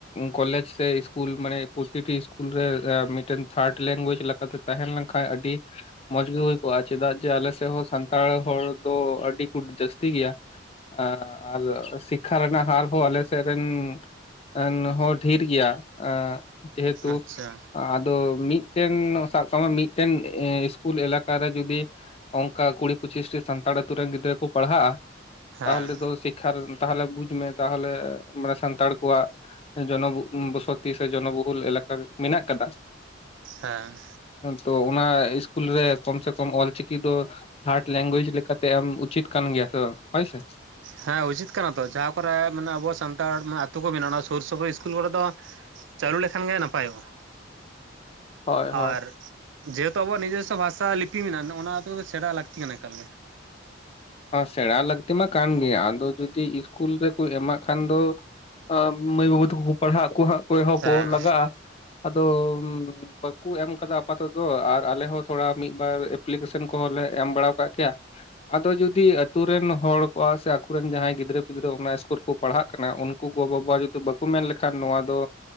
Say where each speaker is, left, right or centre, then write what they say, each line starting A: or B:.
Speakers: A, on the left; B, on the right.
A: ᱠᱚᱞᱮᱡᱽ ᱥᱮ ᱤᱥᱠᱩᱞ ᱢᱟᱱᱮ ᱯᱨᱚᱛᱤᱴᱤ ᱤᱥᱠᱩᱞ ᱨᱮ ᱢᱤᱫᱴᱮᱱ ᱛᱷᱟᱨᱰ ᱞᱮᱝᱜᱩᱭᱮᱡᱽ ᱞᱟᱠ ᱟᱫᱚ ᱛᱟᱦᱮᱸ ᱞᱮᱱ ᱠᱷᱟᱡ ᱟᱹᱰᱤ ᱢᱚᱸᱡᱽᱜᱮ ᱦᱩᱭ ᱠᱚᱜᱼᱟ ᱪᱮᱫᱟᱜ ᱡᱮ ᱟᱞᱮᱥᱮᱫ ᱦᱚᱸ ᱥᱟᱱᱛᱟᱲ ᱦᱚᱲ ᱫᱚ ᱟᱹᱰᱤ ᱠᱚ ᱡᱟᱹᱥᱛᱤ ᱜᱮᱭᱟ ᱟ, ᱟᱨ ᱥᱤᱠᱠᱷᱟ ᱨᱮᱱᱟᱜ ᱦᱟᱨ ᱦᱚᱸ ᱟᱞᱮ ᱥᱮᱫ ᱨᱮᱱ ᱮᱱᱦᱚᱸ ᱰᱷᱮᱨ ᱜᱮᱭᱟ ᱮᱸᱻ ᱡᱮᱦᱮᱛᱩ
B: ᱟᱪᱪᱷᱟ
A: ᱟᱫᱚ ᱢᱤᱫ ᱢᱤᱫᱴᱮᱱ ᱥᱟᱵ ᱠᱟᱜᱢᱮ ᱢᱤᱫᱴᱮᱱ ᱤᱥᱠᱩᱞ ᱮᱞᱟᱠᱟ ᱨᱮ ᱡᱩᱫᱤ ᱚᱝᱠᱟ ᱠᱩᱲᱤ ᱯᱩᱪᱤᱥᱴᱤ ᱥᱟᱱᱛᱟᱲ ᱟᱛᱳ ᱨᱮᱱ ᱜᱤᱫᱽᱨᱟᱹ ᱠᱚ ᱯᱟᱲᱦᱟᱜᱼᱟ
B: ᱦᱮᱸ
A: ᱛᱟᱦᱞᱮ ᱫᱚ ᱥᱤᱠᱠᱷᱟ ᱨᱮᱱ ᱛᱟᱦᱞᱮ ᱵᱩᱡ ᱢᱮ ᱛᱟᱦᱞᱮ ᱢᱟᱱᱮ ᱥᱟᱱᱛᱟᱲ ᱠᱚᱣᱟᱜ ᱡᱚᱱᱚ ᱵᱚᱥᱚᱛᱤ ᱥᱮ ᱡᱚᱱᱚᱵᱚᱦᱩᱞ ᱮᱞᱟᱠᱟ ᱢᱮᱱᱟᱜ ᱠᱟᱫᱟ
B: ᱦᱮᱸ
A: ᱛᱚ ᱚᱱᱟ ᱤᱥᱠᱩᱞ ᱨᱮ ᱠᱚᱢ ᱥᱮ ᱠᱚᱢ ᱚᱞ ᱪᱤᱠᱤ ᱫᱚ ᱛᱦᱟᱨᱴ ᱞᱮᱝᱜᱩᱭᱮᱡᱽ ᱞᱮᱠᱟ ᱛᱮ ᱮᱢ ᱩᱪᱤᱛ ᱠᱟᱱ ᱜᱮᱭᱟ ᱥᱮ ᱵᱟᱝ ᱦᱳᱭ ᱥᱮ
B: ᱦᱮᱸ ᱩᱪᱤᱛ ᱠᱟᱱᱟ ᱛᱚ ᱡᱟᱦᱟᱸ ᱠᱚᱨᱮ ᱢᱟᱱᱮ ᱟᱵᱚ ᱥᱟᱱᱛᱟᱲ ᱟᱹᱛᱩ ᱠᱚ ᱢᱮᱱᱟᱜᱼᱟ ᱚᱱᱟ ᱥᱩᱨ ᱥᱩᱯᱩᱨ ᱤᱥᱠᱩᱞ ᱠᱚᱨᱮ ᱫᱚ ᱪᱟᱹᱞᱩ ᱞᱮᱠᱷᱟᱱ ᱜᱮ ᱱᱟᱯᱟᱭᱚᱜᱼᱟ
A: ᱦᱳᱭ ᱦᱳᱭ
B: ᱟᱨ ᱡᱮᱦᱮᱛᱩ ᱟᱵᱚᱣᱟᱜ ᱱᱤᱡᱮᱥᱥᱚ ᱵᱷᱟᱥᱟ ᱞᱤᱯᱤ ᱢᱮᱱᱟᱜᱼᱟ ᱚᱱᱟ ᱫᱚ ᱥᱮᱬᱟ ᱞᱟᱹᱠᱛᱤ ᱠᱟᱱᱟ ᱮᱠᱟᱞ ᱜᱮ
A: ᱥᱮᱬᱟ ᱞᱟᱹᱠᱛᱤ ᱢᱟ ᱠᱟᱱ ᱜᱮᱭᱟ ᱟᱫᱚ ᱡᱩᱫᱤ ᱤᱥᱠᱩᱞ ᱨᱮᱠᱚ ᱮᱢᱟᱜ ᱠᱷᱟᱱ ᱫᱚ ᱟᱸᱜ, ᱢᱟᱹᱭ ᱵᱟᱹᱵᱩ ᱛᱟᱠᱚ ᱠᱚ ᱯᱟᱲᱦᱟᱜ ᱟᱠᱚ ᱦᱟᱸᱜ ᱮᱦᱚᱵ
B: ᱦᱮᱸ
A: ᱠᱚ ᱞᱟᱜᱟᱜᱼᱟ ᱟᱫᱚ ᱵᱟᱠᱩ ᱮᱢ ᱟᱠᱟᱫᱟ ᱟᱯᱟᱛᱚᱛᱚ ᱟᱨ ᱟᱞᱮ ᱦᱚᱸ ᱛᱷᱚᱲᱟ ᱢᱤᱫ-ᱵᱟᱨ ᱮᱯ ᱮᱯᱞᱤᱠᱮᱥᱚᱱ ᱠᱚᱦᱚᱸᱞᱮ ᱮᱢ ᱵᱟᱲᱟᱣᱟᱠᱟᱫ ᱠᱮᱭᱟ ᱟᱫᱚ ᱡᱩᱫᱤ ᱟᱛᱩ ᱨᱮᱱ ᱦᱚᱲ ᱠᱚ ᱥᱮ ᱟᱠᱚᱨᱮᱱ ᱡᱟᱦᱟᱸᱭ ᱜᱤᱫᱽᱨᱟᱹ ᱯᱤᱫᱽᱨᱟᱹ ᱚᱱᱟ ᱤᱥᱠᱩᱞ ᱠᱚ ᱯᱟᱲᱦᱟᱜ ᱠᱟᱱᱟ ᱩᱱᱠᱩ ᱩᱱᱠᱩ ᱜᱚᱼᱵᱟᱵᱟ ᱡᱩᱫᱤ ᱵᱟᱠᱚ ᱢᱮᱱ ᱞᱮᱠᱷᱟᱱ ᱱᱚᱣᱟ ᱫᱚ